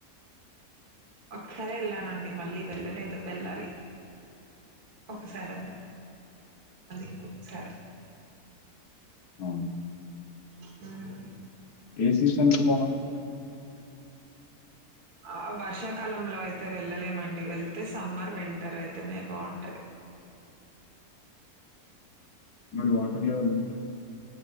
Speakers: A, on the right; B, on the left.
A: ఒసారే వెళ్ళానండి, మళ్ళీ వెళ్ళలేదు వెళ్ళాలి. ఒక్కసార అన్న, అది ఇంకొక్కసారి అన్న
B: అవును
A: ఉమ్
B: ఏ సీజన్ లో బాగుంట్
A: ఆ వర్షాకాలంలో అయితే వెళ్ళలేమండి వెళ్తే సమ్మర్, వింటర్ అయితేనే బాగుంటది.
B: మరి వాటర్ లెవెల్ ఉంట్